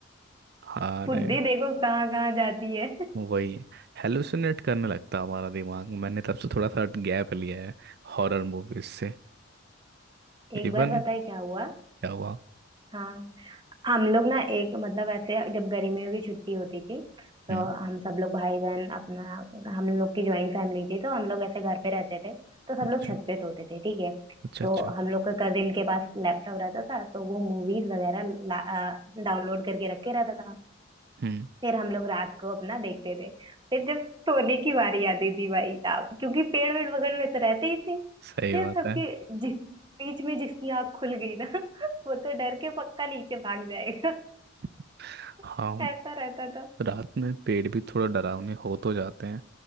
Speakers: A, on the right (about 50°); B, on the right (about 20°).
A: हाँ
B: बुद्धि
A: रे
B: देखो कहाँ कहाँ जाती है
A: वही है हेलुसिनेट करने लगता है हमारा दिमाग मैंने तब से थोड़ा सा गैप लिया है हॉरर मूवीज से
B: एक
A: इवन
B: बार पता है क्या हुआ
A: क्या हुआ
B: हाँ हम लोग ना एक मतलब ऐसे जब गर्मियों की छुट्टी होती थी तो
A: हम्म
B: हम सब लोग भाई बहन अपना हम लोग की ज्वाइंट फैमिली थी तो हम लोग ऐसे घर पे रहते थे तो
A: अच्छा
B: सब लोग छत पे सोते थे ठीक है
A: अच्छा
B: तो
A: अच्छा
B: हम लोग का कजिन के पास लैपटॉप रहता था तो वो मूवीज वगैरह डाउनलोड करके रखे रहता था
A: हम्म
B: फिर हम लोग रात को अपना देखते थे फिर जब सोने की बारी आती थी भाई साहब क्योंकि पेड़ वेड़ बगल में तो रहते ही थे
A: सही
B: फिर
A: बात
B: सबके
A: है
B: जिस बीच में जिसकी आंख खुल गई ना <laughs> वो तो डर के पक्का नीचे भाग जाएगा
A: <laughs> हाँ
B: <laughs> ऐसा रहता था
A: रात में पेड़ भी थोड़ा डरावने हो तो जाते हैं